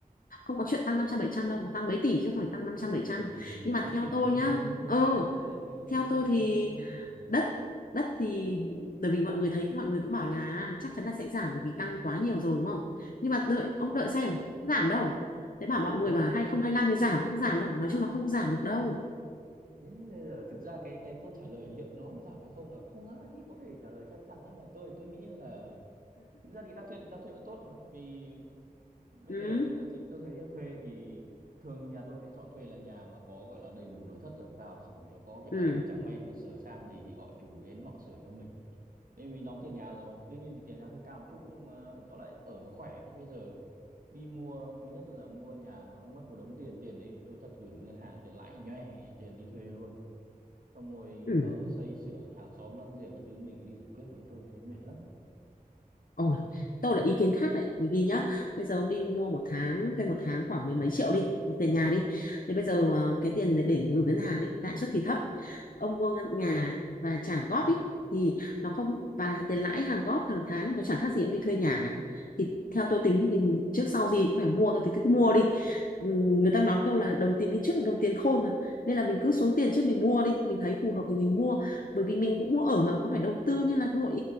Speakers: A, on the left (about 70°); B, on the right (about 70°).
A: không có chuyện tăng năm trăm bảy trăm đâu mà tăng mấy tỷ chứ không phải tăng năm trăm bảy trăm
B: ừ thì, thì
A: nhưng mà
B: ít
A: theo
B: tiền
A: tôi
B: thì mua
A: nhá
B: chung cư thôi
A: ừ
B: đấy tôi định mèo tôi
A: theo
B: mua chung
A: tôi thì
B: mua chung cư thôi
A: đất đất thì bởi vì mọi người thấy mọi người cũng bảo là chắc chắn là sẽ giảm bởi vì tăng quá nhiều rồi đúng không nhưng mà đợi ông đợi xem giảm đâu thế
B: ừ
A: bảo
B: thì
A: mọi
B: thế
A: người mà 2025 mới giảm không giảm đâu nói chung là không giảm được đâu
B: thế bây giờ thực ra cái cái câu trả lời liệu nó có giảm hay không là không ai có thể trả lời chắc chắn nhưng mà tôi tôi nghĩ là thực ra thì đang thuê đang thuê vẫn tốt mà vì bây
A: ừ
B: giờ thực ra thì tôi thấy nhá, thuê thì thường nhà tôi sẽ chọn thuê là nhà mà có gọi là đầy đủ nội thất rồi vào chỉ có việc
A: ừ
B: ở chẳng may mà sửa sang gì thì gọi chủ đến họ sửa cho mình thế mình đóng tiền nhà rồi mà đương nhiên thì tiền nhà hơi cao một chút nhưng mà tóm lại ở nó khỏe thế bây giờ đi mua thứ nhất là mua nhà nó mất một đống tiền tiền đấy tôi thật gửi vào ngân hàng tiền lãi nhòe tiền đi thuê luôn xong rồi
A: ừ
B: ở xây sửa hàng xóm láng giềng các thứ mình phải đi giải quyết mấy tôi thấy mệt lắm
A: Ồ, tôi là ý kiến khác đấy bởi vì nhá bây giờ ông đi mua một tháng thuê một tháng khoảng mấy mấy triệu đi
B: ừ
A: tiền nhà đi thì bây giờ à, cái tiền để, để gửi ngân hàng ấy, lãi suất thì thấp ông mua ngân nhà và trả góp ấy thì nó không và tiền lãi hàng góp hàng tháng nó chẳng khác gì ông đi thuê nhà cả thì theo tôi tính thì trước sau gì cũng phải mua thôi thì cứ mua đi Ừ, người ta nói câu là đồng tiền đi trước là đồng tiền khôn mà nên là mình cứ xuống tiền trước mình mua đi mình thấy phù hợp thì mình mua bởi vì mình cũng mua ở mà có phải đầu tư như là nội